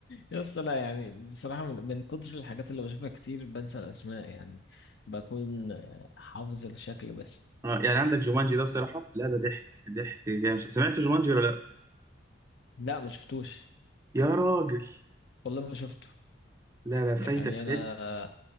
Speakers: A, on the left (about 60°); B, on the right (about 15°).
A: يس لا يعني بصراحة من, من كتر الحاجات اللي بشوفها كتير بنسى الأسماء يعني بكون آه، حافظ الشكل بس
B: اه يعني عندك جومانجي ده بصراحة لا ده ضحك ضحك جامد سمعت جومانجي ولا لا
A: لا ما شفتوش
B: يا راجل
A: والله ما شفته
B: لا لا فايتك
A: يعني
B: فيلم
A: أنا